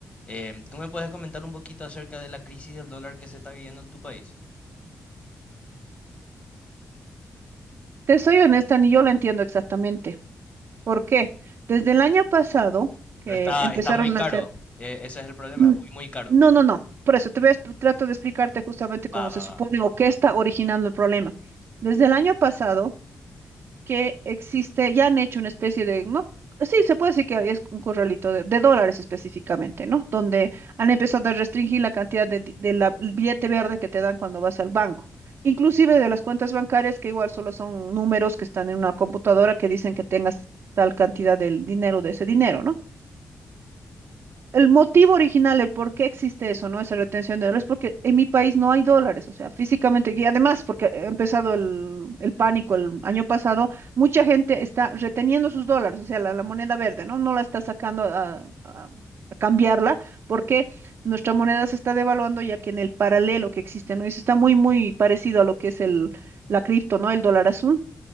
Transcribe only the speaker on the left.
em, ¿tú me puedes comentar un poquito acerca de la crisis del dólar que se está viviendo en tu país?
Pero Eh, está,
está muy caro.
eh, ese es el problema,
muy, muy caro.
Va,
va,
va.